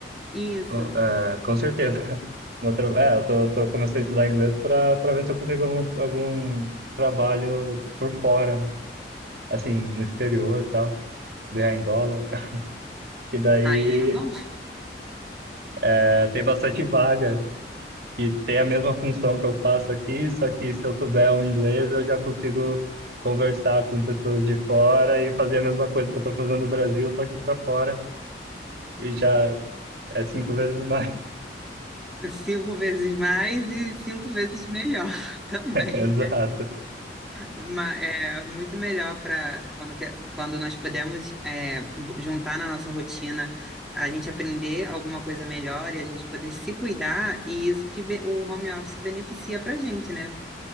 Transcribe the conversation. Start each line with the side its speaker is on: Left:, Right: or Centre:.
Centre: Isso.
Right: Co- é, com certeza. <laughs> Meu tra- é, eu tô, tô comecei a estudar inglês para para ver se eu consigo algum, algum trabalho por fora, né? Assim, no exterior e tal, ganhar em dólar. <laughs> E daí
Centre: Aí é bom.
Right: é, tem bastante vaga que tem a mesma função que eu faço aqui, só que se eu souber o inglês, eu já consigo conversar com pessoas de fora e fazer a mesma coisa que eu tô fazendo no Brasil, só que para fora. E já é cinco vezes mais.
Centre: Cinco vezes mais e cinco vezes melhor <laughs> também,
Right: <laughs> Exato.
Centre: né? Ma- é muito melhor para quando, que- quando nós podemos é, bo- juntar na nossa rotina, a gente aprender alguma coisa melhor e a gente poder se cuidar, e isso que be- o home office beneficia para a gente, né?